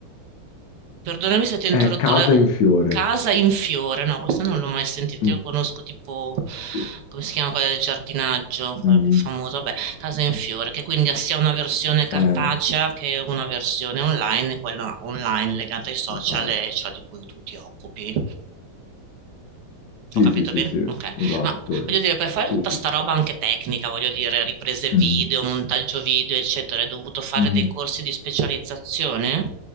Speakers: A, on the right; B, on the left.
A: Perdonami se ti ho
B: È
A: interrotto,
B: Casa
A: la
B: in fiore.
A: casa in fiore, no, questa non l'ho mai sentita,
B: Mm,
A: io conosco tipo,
B: sì.
A: come si chiama quella del giardinaggio, quella
B: Mm,
A: più famosa, vabbè, casa in fiore, che quindi ha sia una versione cartacea
B: eh,
A: che una versione online, e quella online legata ai social
B: vabbè.
A: e ciò di cui tu ti occupi.
B: sì,
A: Ho capito
B: sì, sì,
A: bene?
B: sì,
A: Ok.
B: esatto.
A: Ma voglio dire, per fare
B: Sì,
A: tutta
B: sì.
A: sta roba anche tecnica, voglio dire, riprese video,
B: Mm,
A: montaggio video, eccetera, hai dovuto fare
B: mm.
A: dei corsi di specializzazione?